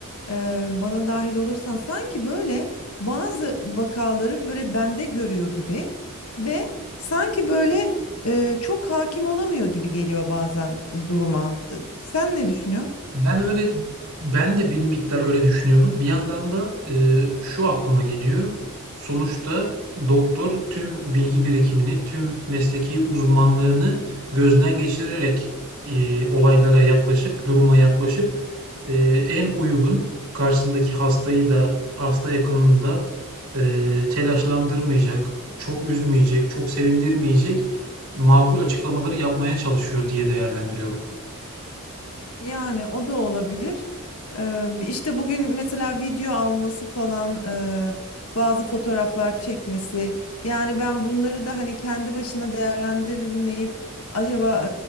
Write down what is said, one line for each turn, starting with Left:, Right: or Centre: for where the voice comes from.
Left: e, bana dahil olursan sanki böyle bazı vakaları böyle bende görüyor gibi ve sanki böyle e, çok hakim olamıyor gibi geliyor bazen e, duruma. E, Sen ne düşünüyorsun?
Right: Ben öyle ben de bir miktar öyle düşünüyorum. Bir yandan da e, şu aklıma geliyor. Sonuçta doktor tüm bilgi birikimini, tüm mesleki uzmanlığını gözden geçirerek e, olaylara yaklaşıp, duruma yaklaşıp e, en uygun karşısındaki hastayı da hasta yakınını da e, telaşlandırmayacak, çok üzmeyecek, çok sevindirmeyecek makul açıklamaları yapmaya çalışıyor diye değerlendiriyorum.
Left: Yani o da olabilir. Ee, işte bugün mesela video alması falan e, bazı fotoğraflar çekmesi. Yani ben bunları da hani kendi başına değerlendirmeyip acaba